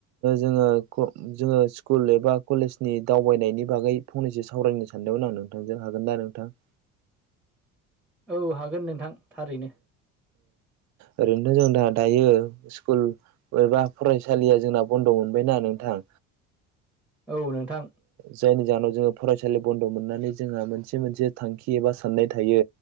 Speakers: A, on the right (about 60°); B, in the centre.
A: जोङो आङो स्कुल एबा कलेजनि दावबायनायनि बागै फंनैसो सावरायनो सानदोंमोन आं नोंथांजों हागोन ना नोंथां उ
B: औ हागोन नोंथां थारैनो
A: ओरैनोथ' जों द दायो स्कुल एबा फरायसालिया जोंना बन्द'मोन मोनबायना नोंथां
B: औ नोंथां
A: जायनि ज' ज जोङो फरायसालि बन्द' मोननानै जोंहा मोनसे मोनसे थांखि एबा साननाय थायो